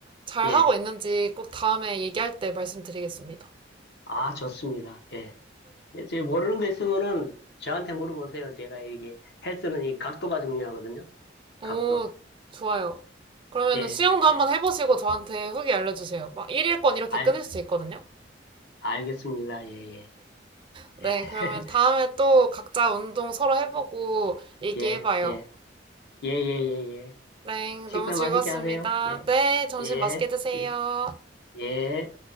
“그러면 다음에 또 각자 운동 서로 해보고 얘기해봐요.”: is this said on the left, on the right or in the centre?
Right